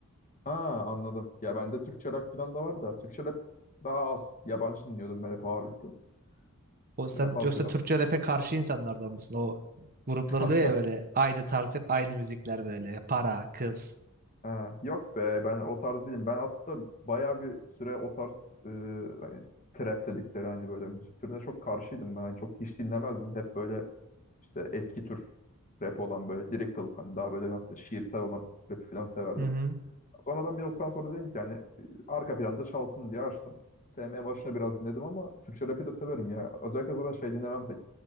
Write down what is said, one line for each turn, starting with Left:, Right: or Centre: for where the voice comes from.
Left: Ha anladım. Ya bende Türkçe rock falan da var da Türkçe rap daha az. Yabancı dinliyordum ben hep ağırlıklı.
Right: O
Left: Türkçe
Right: sen
Left: rap az
Right: yoksa
Left: biraz.
Right: Türkçe rap'e karşı insanlardan mısın? O gruplar
Left: <laughs>
Right: oluyor ya böyle aynı tarz hep aynı müzikler böyle. Para, kız.
Left: Ha, yok be ben o tarz değilim. Ben aslında bayağı bir süre o tarz e, hani trap dedikleri hani böyle müzik türüne çok karşıydım ben. Hani çok hiç dinlemezdim. Hep böyle İşte eski tür rap olan böyle lyrical hani daha böyle nasıl şiirsel olan rapi falan severdim.
Right: Hı hı.
Left: Sonradan bir noktadan sonra dedim ki hani e, arka planda çalsın diye açtım. Sevmeye başına biraz dinledim ama Türkçe rapi de severim ya. Özellikle zaten şey dinlemem pek.